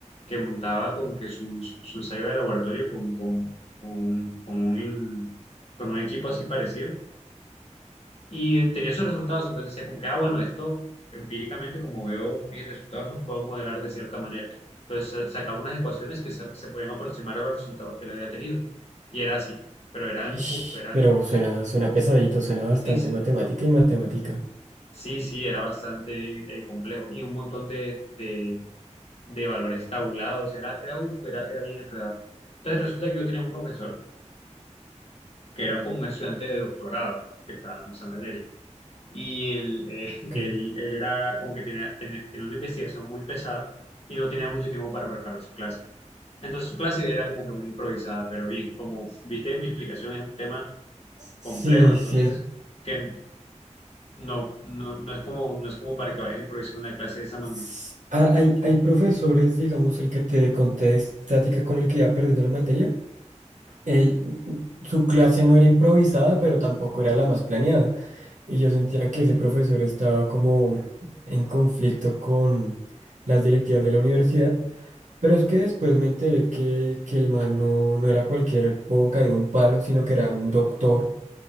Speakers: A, on the left; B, on the right.
A: que montaba como que su, su, su ensayo de laboratorio con, con, con, un, con un con un equipo así parecido y tenía sus resultados. Entonces decía como que, ah, bueno, esto empíricamente, como veo mis resultados, los puedo modelar de cierta manera. Entonces sa- sacaba unas ecuaciones que se, se podían aproximar a los resultados que le había tenido. Y era así, pero eran,
B: Ish,
A: uff, eran
B: pero
A: como un montón.
B: suena, suena pesadito, suena bastante
A: Sí, sí.
B: matemática y matemática.
A: Sí, sí, era bastante eh, complejo y un montón de, de, de valores tabulados, era, era, uf, era, era bien enredada. Entonces resulta que yo tenía un profesor que era como un estudiante de doctorado que estaba dando esa materia. Y él, eh, <laughs>
B: Ok.
A: él, él era como que tenía, tenía, tenía una investigación muy pesada y no tenía mucho tiempo para preparar su clase. Entonces su clase era como que muy improvisada, pero bien, como viste, mi explicación es un tema
B: Sí,
A: complejo, entonces
B: sí es.
A: que no, no, no es como, no es como para que vayas a improvisar una clase de esa
B: s-
A: magnitud.
B: ah, Hay, hay profesores, digamos, el que te conté de estática con el que iba perdiendo la materia. Él, su clase no era improvisada, pero tampoco era la más planeada. Y yo sentía que ese profesor estaba como en conflicto con las directivas de la universidad, pero es que después me enteré que, que el man no, no era cualquier boca de un palo, sino que era un doctor